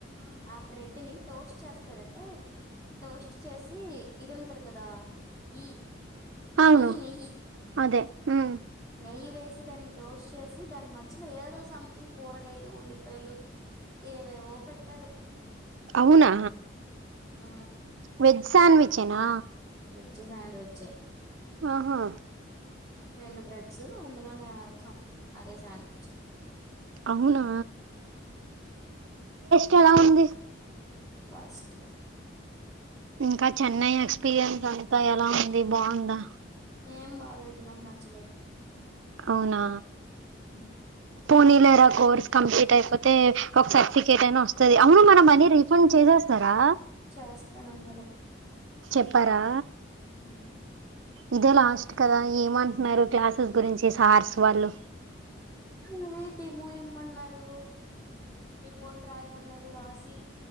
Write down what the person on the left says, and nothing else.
ఆ బ్రెడ్ ని టోస్ట్ చేస్ స్తారంటే టోస్ట్ చేసి ఇది ఉంటది కదా గీ
నెయ్యి నెయ్యి
నెయ్యి వేసి దాన్ని డోస్ చేసి దాని మధ్యలో ఏదో సంథింగ్ కూరగాయలు ఉల్లిపాయలు ఏవేవో పెట్టారు
ఆ
విజ్ సాండ్విచ్
రెండు బ్రెడ్స్ అందులో సంథింగ్ అదే శాండ్విచ్
వాస్ ఎ
ఏం బాలేదు నాకు నచ్చలేదు
అ
చేస్తానన్నారు
అ
అదే డెమో ఇమ్మన్నారు రిపోర్ట్ రా తమల్ న రాశి